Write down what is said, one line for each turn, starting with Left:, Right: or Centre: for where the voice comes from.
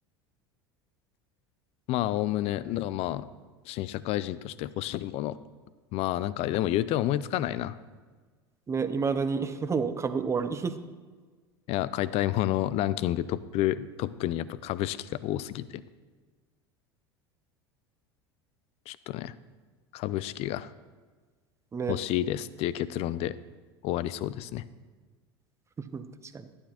Left: まあ、おおむね、だからまあ、新社会人として欲しいもの。まあ、なんか、でも言うて思いつかないな。
Right: ね、いまだに <laughs> もう株終わり
Left: いや、買いたいものランキングトップ、トップにやっぱ株式が多すぎて、ちょっとね、株式が
Right: <laughs> ね、
Left: 欲しいですっていう結論で終わりそうですね。
Right: <laughs> 確かに。